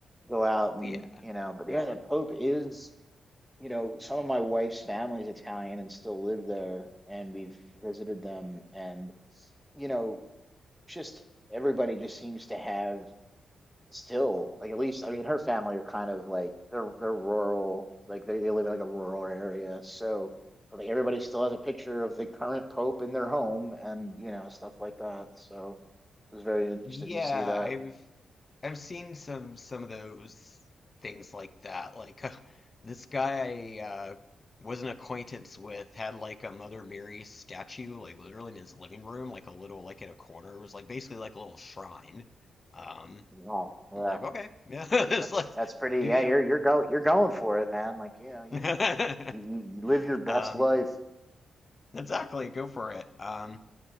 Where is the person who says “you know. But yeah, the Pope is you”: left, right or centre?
Centre